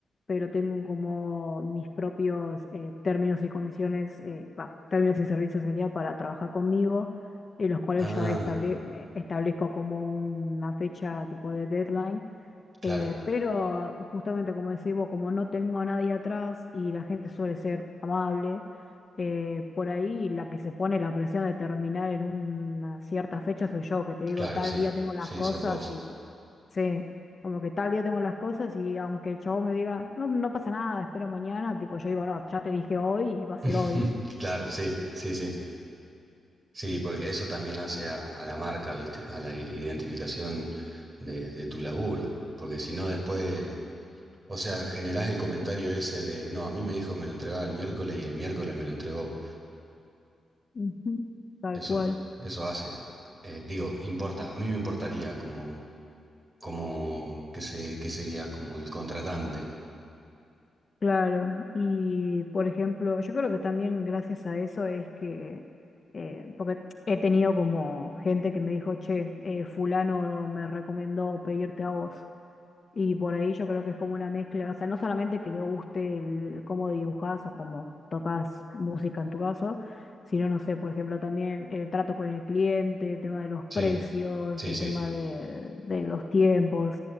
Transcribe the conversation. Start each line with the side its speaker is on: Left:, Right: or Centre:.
Left: pero tengo como mis propios eh, términos y condiciones, eh, va, términos y servicios sería para trabajar conmigo, en los cuales
Right: Ah,
Left: yo estable- eh, establezco como una fecha tipo de deadline
Right: claro,
Left: eh, pero justamente como decís vos, como no tengo a nadie atrás y la gente suele ser amable, eh, por ahí la que se pone la presión de terminar en una cierta fecha soy yo, que te digo
Right: claro,
Left: tal
Right: sí,
Left: día tengo las
Right: sí,
Left: cosas
Right: sos vos.
Left: y sí, como que tal día tengo las cosas y aunque el chavo me diga, no, no pasa nada, espero mañana, tipo yo digo, no, ya te dije hoy y va a ser
Right: <laughs>
Left: hoy,
Right: Claro, sí, sí, sí. Sí, porque eso también hace a, a la marca, viste, a la identificación de de tu laburo. Porque si no, después O sea, generás el comentario ese de, no, a mí me dijo me lo entregaba el miércoles y el miércoles me lo entregó.
Left: Ujú. tal
Right: Eso,
Left: cual.
Right: eso hace. Eh, digo, importa, a mí me importaría como, como, que se, que sería como el contratante.
Left: Claro, y por ejemplo, yo creo que también gracias a eso es que, eh, porque he tenido como gente que me dijo, che, eh, fulano me recomendó pedirte a vos. Y por ahí yo creo que es como una mezcla, o sea, no solamente que le guste el, cómo dibujás o cómo tocas música en tu caso, sino, no sé, por ejemplo, también el trato con el cliente, el tema de los
Right: Sí,
Left: precios,
Right: sí,
Left: el
Right: sí.
Left: tema de, de los tiempos,